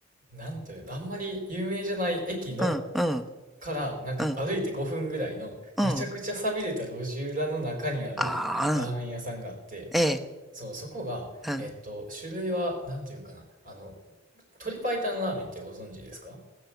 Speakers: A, on the right; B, in the centre.
A: なんというの、あんまり有名じゃない駅の、
B: うん、うん、
A: から、なんか歩いて5分ぐらいの、
B: うん、うん。
A: めちゃくちゃ寂れた路地裏の中にあるラーメン屋さんがあって、
B: ああ、うん。ええ、
A: そう、そこが、
B: うん。
A: えっと、
B: ん
A: 種類は、なんていうんかな、あの、鶏白湯ラーメンってご存知ですか